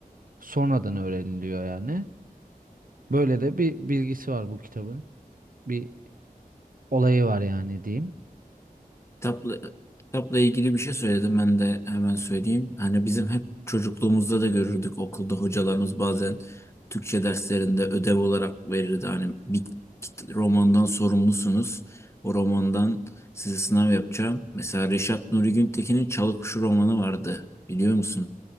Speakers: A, on the right; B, on the left.
A: Sonradan öğreniliyor yani. Böyle de bir bilgisi var bu kitabın. Bir olayı var yani diyeyim.
B: kitapla, kitapla ilgili bir şey söyledim ben de hemen söyleyeyim. Hani bizim hep çocukluğumuzda da görürdük okulda hocalarımız bazen Türkçe derslerinde ödev olarak verirdi. Hani bir kit- romandan sorumlusunuz. O romandan size sınav yapacağım. Mesela Reşat Nuri Güntekin'in Çalıkuşu romanı vardı. Biliyor musun?